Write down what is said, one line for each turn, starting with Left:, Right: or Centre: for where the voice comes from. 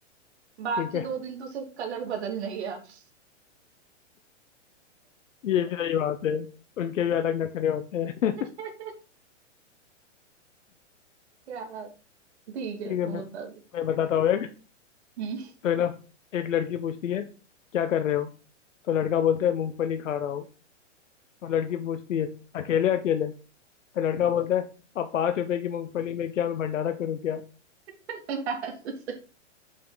Right: बाकी
Left: ठीक है
Right: दो दिन तो सिर्फ कलर बदलने गया था
Left: ये भी सही बात है उनके भी अलग नखरे होते हैं
Right: <laughs>
Left: <laughs>
Right: यार ठीक है
Left: ठीक
Right: तो
Left: है मैं
Right: मतलब
Left: मैं बताता हूँ एक
Right: हम्म
Left: तो है ना एक लड़की पूछती है क्या कर रहे हो तो लड़का बोलता है मूंगफली खा रहा हूँ तो लड़की पूछती है अकेले अकेले तो लड़का बोलता है अब पाँच रुपए की मूंगफली में क्या मैं भंडारा करूँ क्या
Right: <laughs>